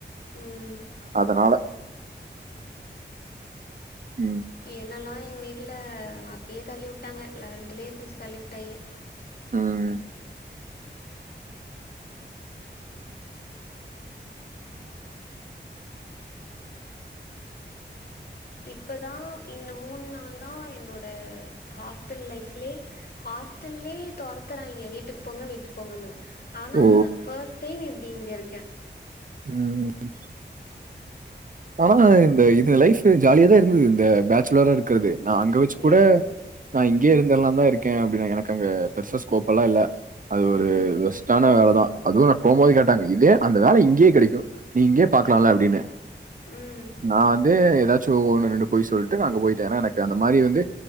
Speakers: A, on the left; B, on the right.
A: ம்.
B: அதனால ம்
A: என்னெல்லா எங்க வீட்ல அப்பயே தள்ளிவுட்டாங்க லெவன்த்தலயே பிடிச்சி தள்ளிவிட்டாய்ங்க
B: ம்
A: இப்பதா இந்த மூண் நாள்தா என்னோட ஹாஸ்டல் லைஃப்லயே ஹாஸ்டல்லயே தொறத்துறாய்ங்க வீட்டுக்கு போங்க வீட்டுக்கு போங்கன்னு ஆனா
B: ஓ
A: ஃபர்ஸ்ட் டைம் இப்படி இங்க இருக்கே
B: ம் ம் ஆனா இந்த இது லைஃப் ஜாலியா தா இருந்தது இந்த பேச்சுலரா இருக் குறது நா அங்க வச்சு கூட
A: ம்.
B: நா இங்கே இருந்தரலா தா இருக்கே அப்படினேன் எனக்கு அங்க பெருசா ஸ்கோப் எல்லா இல்ல அது ஒரு
A: ம்.
B: வொஸ்ட்டான வேலைதா அதுவு நா போம்போது
A: ம்.
B: கேட்டாங்க இதே அந்த வேல இங்கயே கெடைக்கு நீ இங்கே பாக்கலால்ல அப்டின்னு
A: ம்.
B: நா வந்து ஏதாச்சு ஒண்ணு ரெண்டு போய் சொல்லிட்டு அங்க போயிட்டே ஏனா எனக்கு அந்த மாரி வந்து